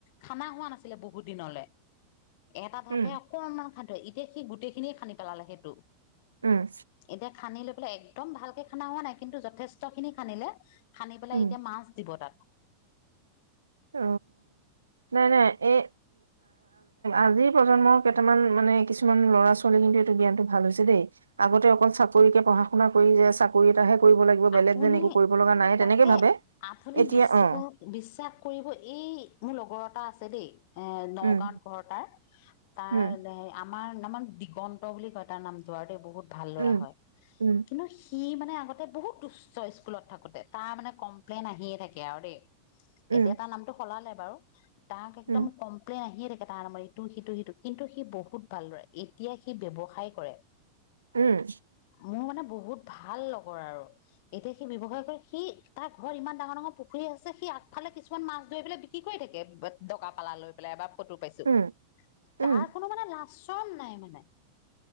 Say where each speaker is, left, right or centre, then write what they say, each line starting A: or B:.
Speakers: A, on the left (about 50°); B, on the right (about 75°).
A: খানা হোৱা নাছিলে বহুত দিনলে এটা ভাপে
B: উম,
A: অকনমান খান এতিয়া সি গোটেই খিনিয়ে খানদি পেলালে সেইটো।
B: ও'ম
A: এতিয়া খান্দি লৈ পেলাই একদম ভালকে খানা হোৱা নাই কিন্তু যথেষ্ট খিনি খানিলে খান্দি পেলাই
B: উম,
A: এতিয়া মাছ দিব তাত।
B: অ নাই নাই এই আজিৰ প্ৰজন্মৰ কেইটামান মানে কিছুমান ল'ৰা ছোৱালী কিন্তু এইটো জ্ঞানটো ভাল হৈছে দেই আগতে অকল চাকৰিকে পঢ়া শুনা কৰি যে চাকৰি এটাহে কৰিব লাগিব বেলেগ
A: আপুনি
B: যেন একো কৰিব লগা নাই
A: তাকে
B: তেনেকে ভাবে।
A: আপুনি
B: এতিয়া
A: বিশ্বাসাস
B: অ',
A: বিশ্বাস কৰিব এই মোৰ লগৰ এটা আছে দেই এ নগাঁউত
B: উম,
A: ঘৰ তাৰ তাৰ
B: উম,
A: আমাৰ তাৰ দিগন্ত বুলি কয় তাৰ নাম টো আৰু দেই বহুত ভাল ল'ৰা
B: উম।
A: হয়
B: উম,
A: কিন্তু সি মানে মানে আগতে বহুত তুস্থ স্কুলত থাকোতে তাৰ মানে কমপ্লেইন আহিয়ে থাকে আৰু দেই
B: উম,
A: এতিয়া তাৰ নামটো সলালে বাৰু তাক একদম
B: উম,
A: কম্প্লেন আহি টা নামৰ ইটো সিটো সিটো কিন্তু সি বহুত ভালদৰে এতিয়া সি ব্যৱসায় কৰে
B: উম
A: মোৰ মানে বহুত ভাল লগৰ আৰু এতিয়া সি ব্যৱসায় কৰে সি তাৰ ঘৰত ইমান ডাঙৰ ডাঙৰ পুখুৰী আছে সি আগফালে কিছুমান মাছ ধৰি পেলাই বিক্ৰী কৰি থাকে ডকা পালা লৈ পেলাই বা ফটো পাইছোঁ
B: উম, উম,
A: তাৰ কোনো মানে লাজ চন নাই মানে